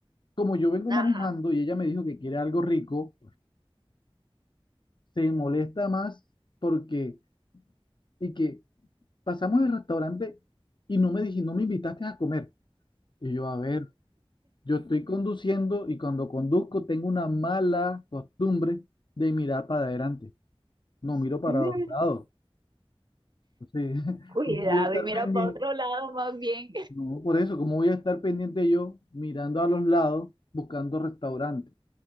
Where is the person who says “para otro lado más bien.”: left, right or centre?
Right